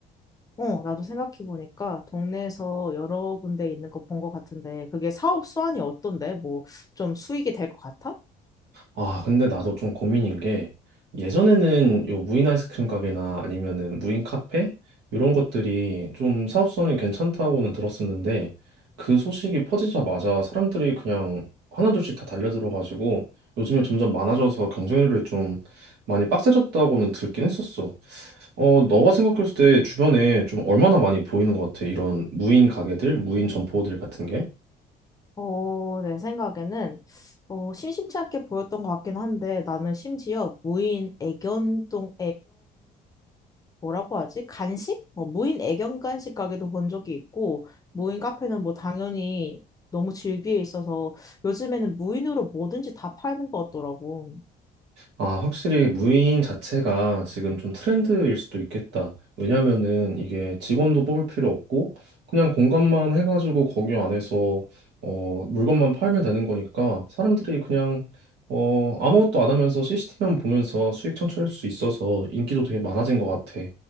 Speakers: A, on the left (about 20°); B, on the right (about 85°).
A: 어, 나도 생각해보니까 동네에서 여러 군데 있는 거 본 것 같은데 그게 사업 수완이 어떤데? 뭐 좀 수익이 될 것 같아?
B: 아, 근데 나도 좀 고민인 게 예전에는 요 무인 아이스크림 가게나 아니면은 무인 카페 이런 것들이 좀 사업성이 괜찮다고는 들었었는데 그 소식이 퍼지자마자 사람들이 그냥 하나둘씩 다 달려들어가지고 요즘에 점점 많아져서 경쟁률이 좀 많이 빡세졌다고는 듣긴 했었어. 어, 너가 생각했을 때 주변에 좀 얼마나 많이 보이는 것 같아? 이런 무인 가게들, 무인 점포들 같은 게?
A: 어, 내 생각에는 어, 심심치 않게 보였던 것 같긴 한데 나는 심지어 무인 애견동, 뭐라고 하지? 간식? 뭐 무인 애견 간식 가게도 본 적이 있고 무인 카페는 뭐 당연히 너무 질비해 있어서 요즘에는 무인으로 뭐든지 다 파는 것 같더라고.
B: 아, 확실히 무인 자체가 지금 좀 트렌드일 수도 있겠다. 왜냐면은 이게 직원도 뽑을 필요 없고 그냥 공간만 해가지고 거기 안에서 어, 물건만 팔면 되는 거니까 사람들이 그냥 어, 아무것도 안 하면서 CCTV만 보면서 수익 창출할 수 있어서 인기도 되게 많아진 것 같아.